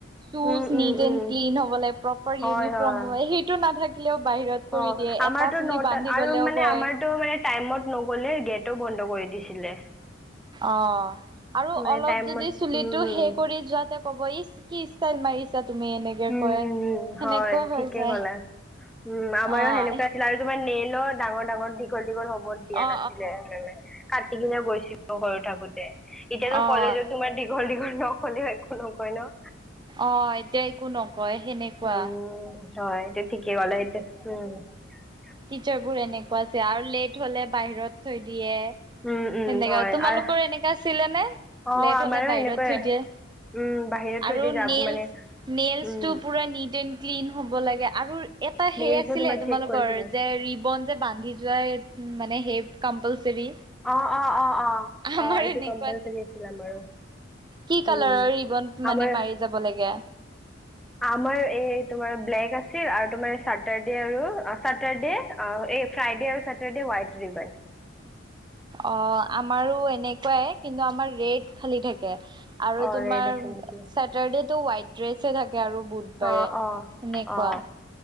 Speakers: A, on the right (about 25°); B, in the centre.
A: চোজ
B: um, um,
A: neat
B: উম,
A: and clean হ'ব লাগে, প্ৰপাৰ
B: হয়,
A: ইউনিফৰ্ম
B: হয়,
A: হ'ব ল, সেইটো নাথাকিলেও বাহিৰত কৰি
B: অ'।
A: দিয়ে।
B: আমাৰতো
A: এটা চুলি
B: নটাত
A: বান্ধি
B: আৰু
A: গলেও
B: মানে
A: কয়
B: আমাৰতো মানে টাইমত ন'গলে গেটো বন্ধ কৰি দিছিলে।
A: অ', আৰু
B: মানে
A: অলপ
B: টাইমত
A: যদি চুলিটো
B: উম, উম,
A: সেই কৰি যোৱাতে ক'ব ইচ কি ষ্টাইল মাৰিছা তুমি, এনেকে
B: উম,
A: কয়।
B: উম, উম,
A: সেনেকুৱা
B: হয় ঠিকে
A: হৈ যায়।
B: ক'লা। উম, আমাৰো
A: অ
B: সেনেকুৱা আছিলে। আৰু তোমাৰ নেইল ত' ডাঙৰ- ডাঙৰ, দীঘল-দীঘল হ'বত দিয়া
A: অ
B: নাছিলে মানে কাট কাটি কিনে গৈছিলো সৰু থাকোতে এতিয়াতো
A: অ
B: কলেজত
A: অ
B: তোমাৰ দীঘল- দীঘল নখ হলিও একো নকয় ন?
A: অ, এতিয়া একো নকয় সেনেকুৱা।
B: উম হয় এতিয়া ঠিকে গলে এতিয়া <unintelligible>
A: টিচাৰ বোৰ এনেকুৱা আছে আৰু লেট হলে বাহিৰত থৈ দিয়ে
B: উম উম
A: সেনেকা
B: হয়
A: তোমালোকৰ
B: আৰু
A: এনেকা আছিলে নে
B: অ
A: লেট
B: আমাৰো
A: হলে বাহিৰত
B: সেনেকুৱাই
A: থৈ দিয়ে?
B: উম বাহিৰত থৈ
A: আৰু
B: দি যাব
A: নেইলছ
B: মানে
A: - নেইলছটো
B: উম
A: পুৰা নিট এণ ক্লিন হ'ব লাগে আৰু এটা
B: নেইলছো
A: সেই আছিলে
B: তোমাৰ
A: তোমালোকৰ
B: চেক কৰিছিলো
A: যে ৰিবন যে বান্ধি যোৱাই মানে সেই কম্পালচৰি?
B: অ', অ', অ', অ', অহ,
A: আমাৰ
B: এইটো
A: এনেকুৱা
B: কম্পালচাৰী আছিলে আমাৰো।
A: কি
B: উম
A: কালাৰৰ ৰিবন মানে
B: আমাৰ
A: মাৰি যাব লাগে?
B: আমাৰ এই তোমাৰ ব্লেক আছ আছিল আৰু তোমাৰ চাটাৰডে আৰু চাটাৰডে এই ফ্ৰাইডে আৰু চাটাৰডে হোৱাইট ৰিবন। <unintelligible>
A: অ, আমাৰো এনেকুৱাই কিন্তু আমাৰ ৰেট খালী থাকে। আৰু
B: অঁ
A: তোমাৰ
B: ৰেড আছিল নেকি
A: চেটাৰডে তো হোৱাইট ড্ৰেছে থাক কে আৰু বুধবাৰে
B: অঁ অঁ
A: সেনেকুৱা।
B: অঁ